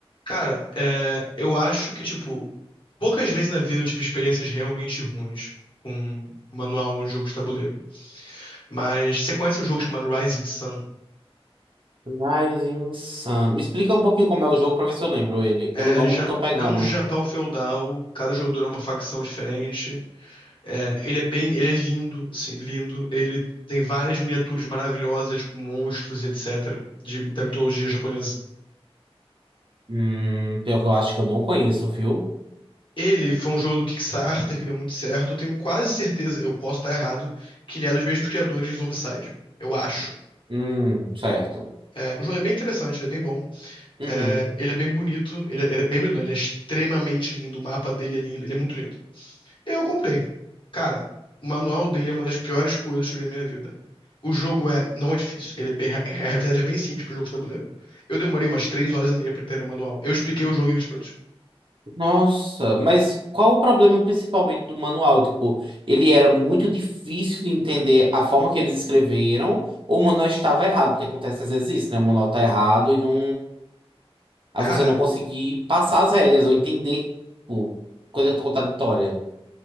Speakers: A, on the left; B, on the right.
A: Cara, é, eu acho que, tipo, poucas vezes na vida eu tive experiências realmente ruins com um manual de jogo de tabuleiro. Mas você conhece um jogo chamado Rising Sun?
B: Rising Sun. Me explica um pouquinho como é o jogo pra ver se eu lembro ele. Pelo
A: É,
B: nome
A: ja-
B: eu não tô pegando.
A: é um Japão feudal, cada jogador é uma facção diferente. É, ele é bem, ele é lindo, assim, lindo. Ele tem várias miniaturas maravilhosas com monstros e etc. de- da mitologia japonesa.
B: Hum, pior que eu acho que eu não conheço, viu?
A: Ele foi um jogo do Kickstarter que deu muito certo. Eu tenho quase certeza, eu posso estar errado, que ele é dos mesmos criadores de Zombicide. Eu acho.
B: Hum, certo.
A: É, o jogo é bem interessante, ele é bem bom.
B: Uhum.
A: É, ele é bem bonito. Ele, é- ele é bem bonito, não, ele é extremamente lindo. O mapa dele é lindo, ele é muito lindo. Eu comprei. Cara, o manual dele é uma das piores coisas que eu vi na minha vida. O jogo é, não é difícil. Ele é bem, é- a verdade é bem simples para jogo de tabuleiro. Eu demorei umas 3 horas e meia pra entender o manual. Eu expliquei o jogo em 20 minutos.
B: Nossa, mas qual o problema principalmente do manual? Tipo, ele era muito difícil de entender a forma que eles escreveram, ou o manual estava errado, porque acontece às vezes isso, né? O manual tá errado e não. Aí
A: Cara,
B: você não conseguir passar as regras ou entender, tipo, coisa contraditória.